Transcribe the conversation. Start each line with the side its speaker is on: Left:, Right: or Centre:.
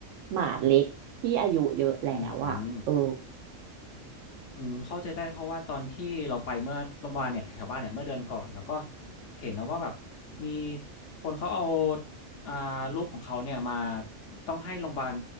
Right: หมาเล็กที่อายุเยอะแล้วอ่ะเออ
Left: อืม อืมเข้าใจได้เพราะว่าตอนที่เราไปเมื่อโรงบาลเนี่ยแถวๆบ้านเนี่ยเมื่อเดือนก่อนแล้วก็เห็นนะว่าแบบมีคนเขาเอาอ่าลูกของเขาเนี่ยมาต้องให้โรงบาล